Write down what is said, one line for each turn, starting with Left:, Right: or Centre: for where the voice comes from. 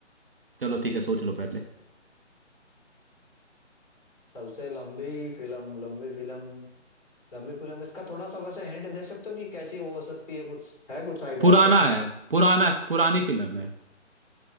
Right: चलो ठीक है सोच लो पहले
Left: सबसे लंबी फिल्म लंबी फिल्म लंबी फिल्म इसका थोड़ा सा वैसे हिंट दे सकते हो कि कैसी वो हो सकती है कुछ है कुछ आइडिया
Right: पुराना
Left: आप पे
Right: है पुराना पुरानी फिल्म है